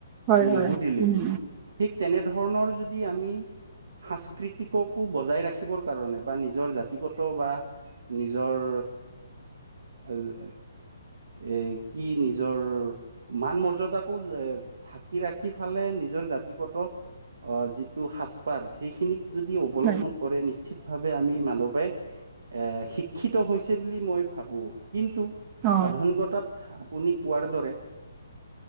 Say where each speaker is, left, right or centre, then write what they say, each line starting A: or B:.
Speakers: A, on the right; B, on the right.
A: হয়
B: নুসুধিলেও
A: হয় উম
B: ঠিক তেনেধৰণৰ যদি আমি সাংস্কৃতিককো বজাই ৰাখিবৰ কাৰণে বা নিজৰ জাতিগত বা নিজৰ অ এ কি নিজৰ মান মৰ্যদাকো ঢাকি ৰাখি ফালে নিজৰ জাতিগত অ যিটো সাজপাৰ সেইখিনিক যদি অৱলম্বন
A: হয়
B: কৰে নিশ্চিত ভাৱে আমি মানৱে এ শিক্ষিত হৈছে বুলি মই ভাবো কিন্তু
A: অ
B: আধুনিকতাত আপুনি কোৱাৰ দৰে